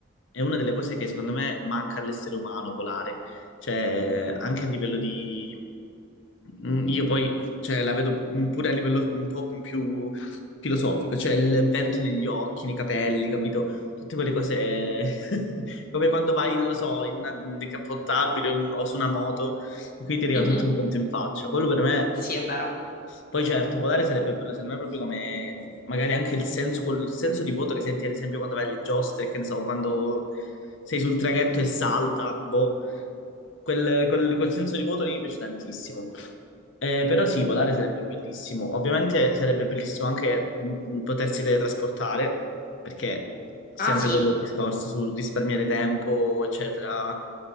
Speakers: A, on the left (about 65°); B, on the left (about 45°).
A: è una delle cose che secondo me manca all'essere umano volare, cioè anche a livello di... Mm, Io poi cioè, la vedo mm, pure a livello un po' più filosofico, cioè il vento negli occhi, nei capelli, capito? Tutte quelle cose <laughs> come quando vai, non lo so, in una decappottabile o in- o su una moto. E quindi ti
B: Mhm,
A: arriva tutto un vento in faccia. Quello per me,
B: Sì, è vero.
A: poi certo, volare sarebbe bello, secondo me, proprio come magari anche il senso, quel senso di vuoto che senti, ad esempio, quando vai alle giostre, che ne so, quando sei sul traghetto e salta, boh, quel, quel- quel senso di vuoto lì mi piace tantissimo. Eh, però sì, volare sarebbe bellissimo. Ovviamente sarebbe bellissimo anche mm, potersi teletrasportare, perché sempre
B: Ah, sì,
A: quello il discorso sul risparmiare tempo, eccetera.